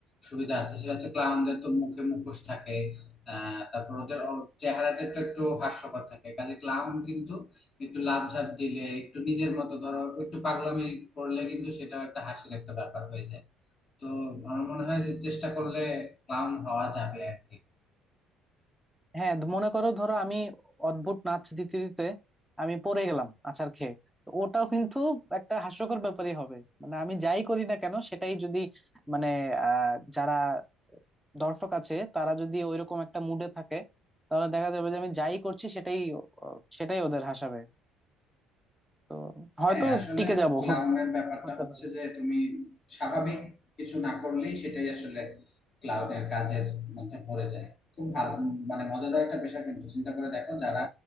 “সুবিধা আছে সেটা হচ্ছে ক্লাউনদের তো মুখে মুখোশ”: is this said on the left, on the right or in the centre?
Left